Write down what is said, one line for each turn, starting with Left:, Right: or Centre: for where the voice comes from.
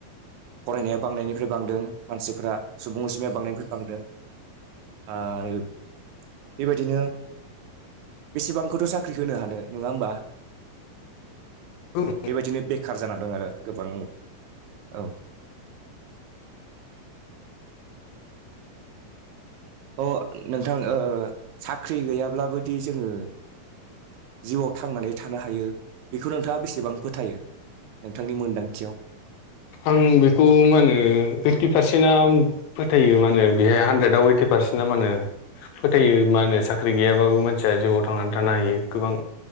Right: फरायनाया बांनायनिफ्राय बांदों मानसिफोरा सुबुं अनजिमाया बांनायनिफ्राय बांदों आरो बेबायदिनो बेसेबांखौथ' साख्रि होनो हानो नङा होमबा
Left: उम
Right: बेबायदिनो बेखार जाना दं आरो गोबां औ ओ अ नोंथां ओ साख्रि गैयाब्लाबोदि जोङो जिउआव थांनानै थानो हायो बेखौ नोंथाङा बेसेबां फोथायो नोंथांनि मोनदांथियाव
Left: आं बेखौ मा होने ओइटि पारसेन्ट आ फोथायो माने बेहाय हानद्रेदआव ओइटि पारसे फारसिना मा होनो फोथायो मा होनो साख्रि गैयाबाबो मानसिया जिउआव थांनानै थानो हायो गोबां